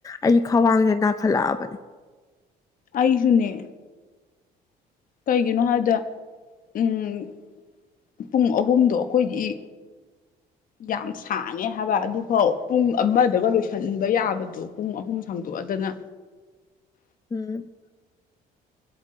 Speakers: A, on the left; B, on the left.
A: ꯑꯩ ꯈ꯭ꯋꯥꯡꯁꯦ ꯅꯥꯈꯠꯂꯛꯑꯕꯅꯦ
B: ꯑꯩꯁꯨꯅꯦ ꯀꯩꯒꯤꯅꯣ ꯍꯥꯏꯕꯗ ꯎꯝ ꯄꯨꯡ ꯑꯍꯨꯝꯗꯣ ꯑꯩꯈꯣꯏꯒꯤ ꯌꯥꯝ ꯁꯥꯡꯉꯦ ꯍꯥꯏꯕ ꯑꯗꯨꯐꯥꯎ ꯄꯨꯡ ꯑꯃꯗꯒ ꯂꯣꯏꯁꯤꯟꯕ ꯌꯥꯕꯗꯣ ꯄꯨꯡ ꯑꯍꯨꯝ ꯁꯥꯡꯗꯣꯛꯑꯗꯅ
A: ꯎꯝ